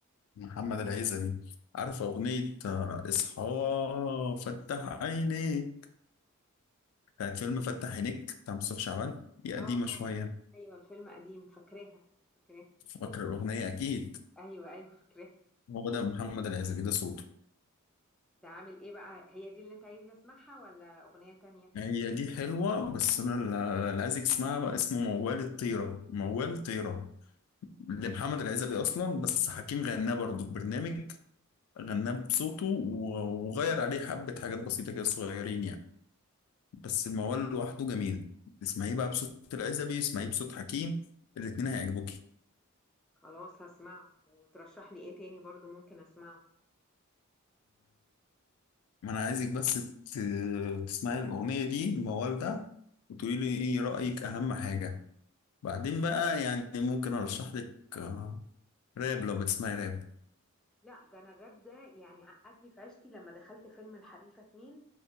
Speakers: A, on the left (about 80°); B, in the centre.
A: محمد العزبي عارفة أغنية آه، إصحى فتح عينيك كانت فيلم فتح عينيك بتاع مصطفى شعبان هي قديمة
B: اه اه
A: شوية
B: أيوة الفيلم قديم فاكراها فاكراها
A: فاكر الأغنية أكيد
B: ايوه ايوه فاكراه
A: هو ده محمد العزبي ده صوته
B: ده عامل ايه بقى هي دي اللي انت عايزني اسمعها ولا اغنية تانية
A: هي دي حلوة بس أنا ال- اللي عايز اسمها اسمه موال الطيرة موال طيرة لمحمد العزبي أصلا بس حكيم غناه برضه في برنامج غناه بصوته و- وغير عليه حبة حاجات بسيطة كده صغيرين يعني بس الموال لوحده جميل اسمعيه بقى بصوت العزبي اسمعيه بصوت حكيم الاتنين هيعجبوكي
B: خلاص هسمعه وترشح لي ايه تاني برضو ممكن اسمعه
A: ما انا عايزك بس ت- تسمعي الاغنيه دي الموال ده، وتقولي لي ايه رايك اهم حاجه بعدين بقى يعني ممكن ارشح لك آه، راب لو بتسمعي راب
B: لا ده انا الراب ده يعني عقدني في عشتي لما دخلت فيلم الحريفة اتنين